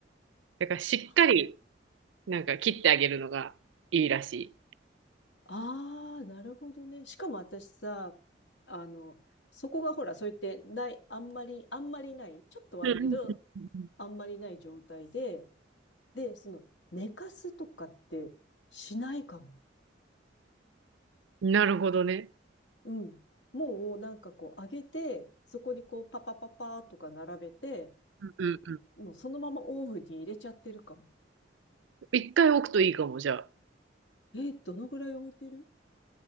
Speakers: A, on the right; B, on the left.
A: だからしっかり
B: あ
A: なんか切ってあげるのがいいらしい。
B: あー、なるほどね。しかも私さ、あの、そこがほら、そう言って、ない、あんまり、あんまりない、ちょっとはあるけど、
A: うんうんうんうん
B: あんまりない状態で、で、その、寝かすとかってしないかも。
A: なるほどね。
B: うん。もう、なんかこう、上げて、そこにこう、パパパパーとか並べて、
A: うんうんうん。
B: もうそのままオーブンに入れちゃってるかも。
A: 一回置くといいかも、じゃあ。
B: えー、どのぐらい置いてる